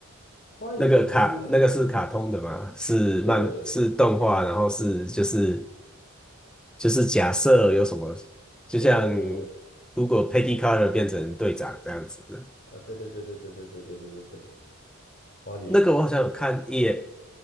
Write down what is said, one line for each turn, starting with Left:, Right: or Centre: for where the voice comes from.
Left: 花里服是，
Centre: 那个卡那个是卡通的嘛？是漫是动画，
Left: 对
Centre: 然后是就是就是假设有什么，就像
Left: 对对对对，
Centre: 如果 Peggy Carter 变成队长这样子，
Left: 呃，对对对对对对对对对对对，花礼服。
Centre: 那个我好像有看一眼